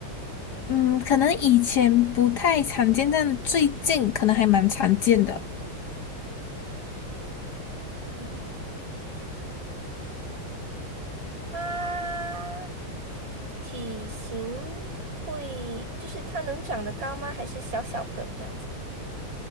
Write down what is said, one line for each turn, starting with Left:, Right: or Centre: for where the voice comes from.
Left: 嗯，可能以前不太常见，但最近可能还蛮常见的。
Right: 嗯，它体型会，就是它能长得高吗？还是小小个这样子？